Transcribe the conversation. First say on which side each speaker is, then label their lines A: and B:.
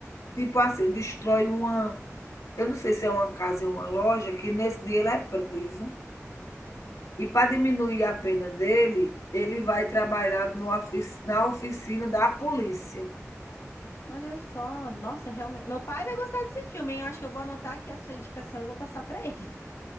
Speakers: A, on the left; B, on the left.
A: tipo assim, destrói uma eu não sei se é uma casa ou uma loja, que nesse dia ele é preso, e para diminuir a pena dele, ele vai trabalhar no ofici na oficina da polícia.
B: Olha só, nossa, realmente. Meu pai vai gostar desse filme, hein? Eu acho que eu vou anotar aqui a sua indicação e vou passar pra ele.